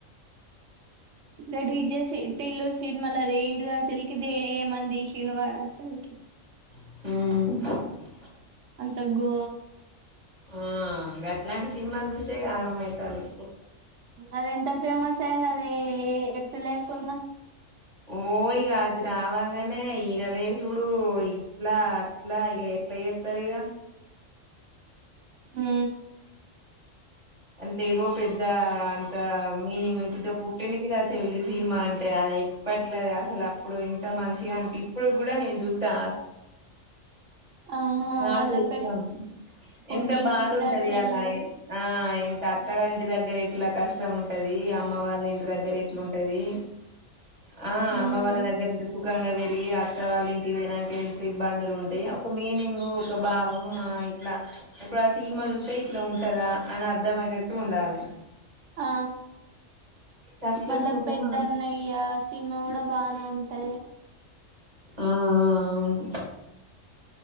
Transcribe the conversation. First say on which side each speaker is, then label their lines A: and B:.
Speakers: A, on the right; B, on the right.
A: గడి ఇజే సట్ ఇల్లు సీట్ మళ్ళీ అద ఏంటిది అసలకి ఏమంది చినవాడ అసలు
B: మ్మ్
A: అంత గో
B: ఆ ఇంకా అట్లాంటి సినిమాలు చూసే ఆగమైతలు
A: అది ఎంత ఫేమస్ అయింది అది ఎటు లేకున్నా
B: ఓ ఈగ అది రావాంగానే ఈ నలేేశడు ఇట్లా అట్లా ఇక ఎట్లా చేస్తారు ఇక
A: హు
B: అంట్లో ఏదో పెద్ద అంత మీనింగ్గా పుట్టటింటికి రాజ లి సినిమా అంటే అది ఎప్పట్లది అసలు అప్పుడు ఎంత మంచిగా అంట ఇప్పుడు కూడా నేను చూస్తా
A: ఆహా
B: నా
A: మళ్ళా
B: కూడా ఇష్టం
A: పె పుట్టింటికి
B: ఎంత బాధ ఉంటది
A: రా చెల్లి
B: అలా ఆ ఎంత అత్తగరీ ఇంటి దగ్గర ఎట్లా కష్టం ఉంటది అమ్మ వాళ్ళ ఇంటి దగ్గర ఎట్లా ఉంటది ఆ
A: మ్మ్
B: అమ్మ వాళ్ళ దగ్గర సుఖంగా పెరిగి అత్త వాళ్ళ ఇంటి వెనాక ఇట్ ఇబ్బందులు ఉంటాయి అప్పు మీనింగ్ ఒక భావం ఇట్లా ఇప్పుడు ఆ సినిమా చూస్తే ఇట్లా ఉంటదా అని అర్థయటు ఉండాల
A: ఆ
B: కష్టం
A: మళ్ళ
B: సుఖం
A: పెద్ద
B: ఆ
A: అన్నయ్య సినిమా కూడా బానే ఉంటాయి
B: ఆ ఆ అవును